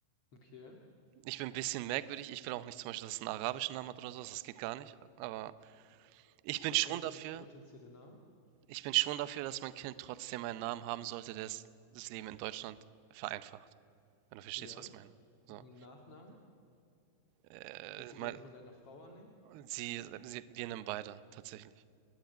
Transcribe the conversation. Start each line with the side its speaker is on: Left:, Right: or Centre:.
Left: okay.
Right: Ich bin ein bisschen merkwürdig. Ich will auch nicht zum Beispiel, dass es 'n arabischen Namen hat oder so das geht gar nicht. Aber ich bin
Left: Was
Right: schon
Left: wären so
Right: dafür
Left: potenzielle Namen?
Right: ich bin schon dafür, dass mein Kind trotzdem einen Namen haben sollte, der es das Leben in Deutschland vereinfacht, wenn du verstehst,
Left: Ja.
Right: was ich meine. So,
Left: Nachname?
Right: äh,
Left: Willst du
Right: mein
Left: den von deiner Frau annehmen?
Right: sie sie wir nehmen beide tatsächlich.